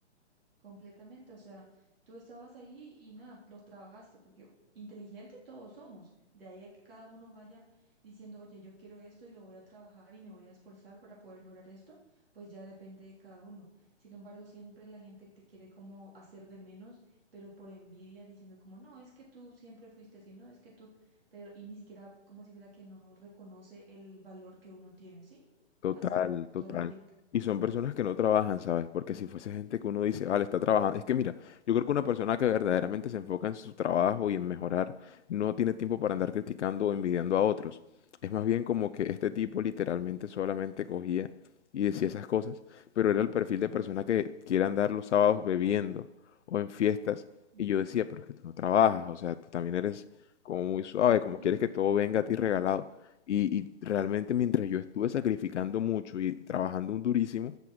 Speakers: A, on the right; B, on the left.
A: completamente. O sea, tú estabas ahí y nada, los trabajaste, porque inteligente todos somos. De ahí a que cada uno vaya diciendo, oye, yo quiero esto y lo voy a trabajar y me voy a esforzar para poder lograr esto, pues ya depende de cada uno. Sin embargo, siempre la gente te quiere como hacer de menos, pero por envidia, diciendo como, no, es que tú siempre fuiste así, no, es que tú, pero y ni siquiera como si fuera que no reconoce el valor que uno tiene, ¿sí?
B: Total,
A: Así,
B: total.
A: todo el tiempo.
B: Y son personas que no trabajan, ¿sabes? Porque si fuese gente que uno dice, vale, está trabajando. Es que mira, yo creo que una persona que verdaderamente se enfoca en su trabajo y en mejorar, no tiene tiempo para andar criticando o envidiando a otros. Es más bien como que este tipo literalmente solamente cogía y decía esas cosas, pero era el perfil de persona que quiere andar los sábados bebiendo o en fiestas.
A: Mm,
B: Y yo decía, pero es que tú no trabajas, o sea, tú también eres como muy suave,
A: Sí.
B: como quieres que todo venga a ti regalado. Y, y realmente mientras yo estuve sacrificando mucho y trabajando un durísimo,